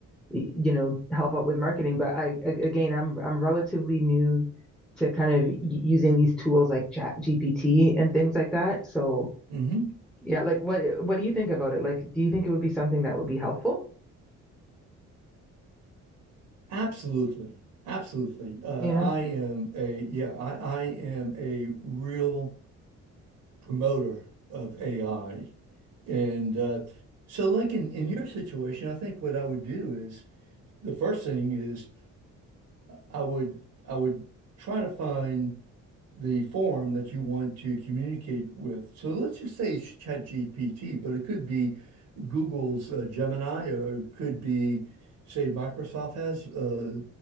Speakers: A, in the centre; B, on the right.
A: y- you know help out with marketing. But I a- again I'm I'm relatively new to kind of y- using these tools like Chat GPT and things like that, so.
B: hmm
A: Yeah, like what what do you think about it? Like, do you think it would be something that would be helpful?
B: Absolutely. Absolutely. Uh,
A: Yeah.
B: I am a yeah, I, I am a real promoter of AI. And uh, so like in, in your situation, I think what I would do is the first thing is I would I would try to find the forum that you want to communicate with. So let's just say it's ChatGPT, but it could be Google's uh, Gemini or it could be say Microsoft has uh,